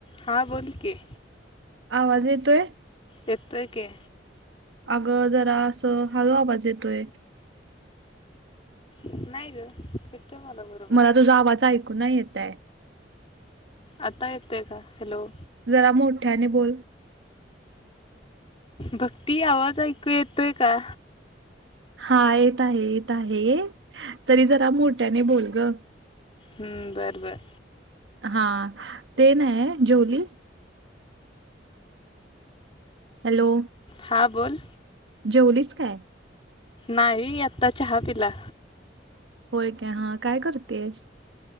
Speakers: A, on the left; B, on the right.
A: हा बोल की.
B: आवाज येतोय.
A: येतोय की.
B: अगं जरा असं हळू आवाज येतोय.
A: नाही ग येतोय मला बर
B: मला तुझा आवाज ऐकू नाय येताय.
A: आता येतोय का? हॅलो
B: जरा मोठ्याने बोल.
A: भक्ती, आवाज ऐकू येतोय का?
B: हा, येत आहे- येत आहे तरी जरा मोठ्याने बोल ग.
A: हम्म बरं -बरं.
B: हा ते नाही, जेवलीस? हॅलो
A: हा बोल.
B: जेवलीस काय?
A: नाही, आता चहा पिला.
B: होय काय हा, काय करतेयस?